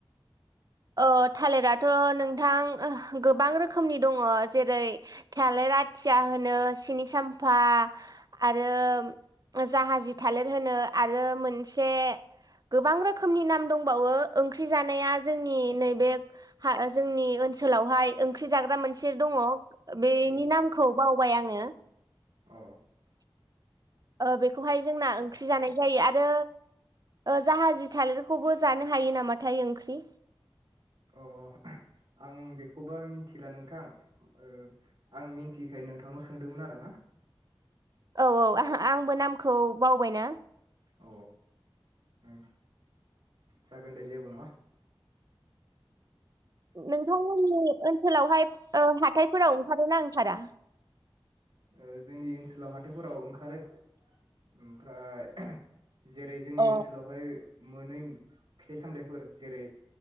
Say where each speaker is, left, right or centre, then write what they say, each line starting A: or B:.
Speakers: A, on the right (about 45°); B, on the right (about 60°).
A: ओ थालिराथ नोंथां ओह गोबां रोखोमनि दङ जेरै थालिर आथिया होनो, सिनि साम्फा आरो जाहाजि थालिर होनो आरो मोनसे गोबां रोखोमनि नाम दंबावो ओंख्रि जानाया जोंनि नैबे हा-जोंनि ओनसोलावहाय ओंख्रि जाग्रा मोन से दङ बेनि
B: औ
A: नामखौ बावबाय आङो
B: अ।
A: ओ बेखौहाय जोंना ओंख्रि जानाय जायो आरो ओ जाहाजि थालिरखौबो जानो हायो नामाथाय ओंख्रि।
B: अ आं बेखौबा मिथिला नोंथां ओ आं मिथियैखाय नोंथांनाव सोंदोंमोन आरो ना?
A: औ औ आहा आंबो नामखौ बावबाय ना।
B: अ उम जागोन दे जेबो नङा।
A: नोंथांमोननि ओनसोलावहाय ओ हाथाइफोराव ओंखारोना ओंखार खारा
B: ओ जोंनि ओनसोलाव हाथाइफोराव ओंखारो ओमफ्राय ओहो जेरै जोंनि
A: अ
B: ओनसोलावहाय मोनै फिथाइ-सामथायाइफोर जेरै